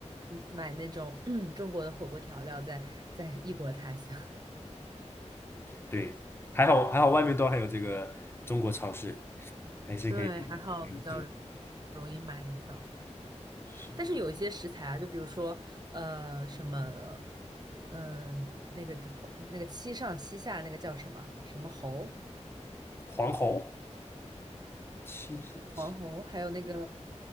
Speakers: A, on the right (about 35°); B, on the left (about 20°).
A: 嗯买那种 <clears throat> 嗯中国的火锅调料在，在异国他乡。
B: 对，还好还好，外面都还有这个中国超市，
A: <laughs>
B: 还是可以
A: 对，还好比较
B: 嗯，对，
A: 容易买得到。
B: 是的，
A: 但是有一些食材啊，就比如说呃什么，嗯、那个黄那个七上七下那个叫什么什么猴
B: 黄喉七上七
A: 黄猴，还有那个